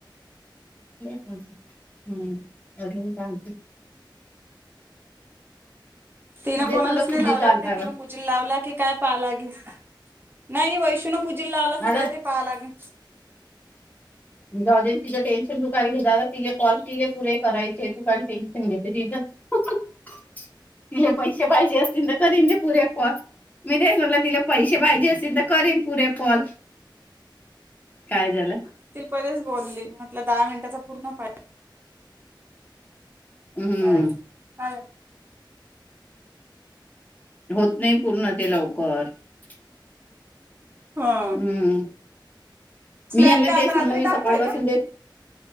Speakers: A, on the left; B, on the right.
A: <unintelligible> हम्म शांत <inaudible>
B: तिनं
A: म्हणजे
B: कोणालाच
A: समजा
B: नाही
A: तुझी
B: लावलं
A: चालता
B: वाटते, तिनं
A: का
B: पूजीला लावला की काय पाहालागे. नाही वैशीन पूजेला लावला
A: माझा
B: तय ते पहा लागेल.
A: जाउदेल तीज टेनशन तु काय घे तिले कॉल ति पुरे करायचे. त का काही चंंग ते ज <unintelligible> तिले पैसे पाहिजे असतील तर करीन, ते पुरे फोन मी दच म्हटला तिला- पैसे पाहिजे असल तर करेन पुरे कॉल, काय झालं?
B: परेच बोलली म्हटला दहा मिनिटाचा पूर्ण पा-
A: हम्म
B: ह का <unintelligible>
A: होत नाही पूर्ण ते लवकर. -
B: हां.
A: हम्म
B: स्लॅब
A: मी यांना
B: का
A: तेच
B: आता रात्री
A: म्हणलं मी
B: टाकतोय
A: सकाळपासून
B: का?
A: तेच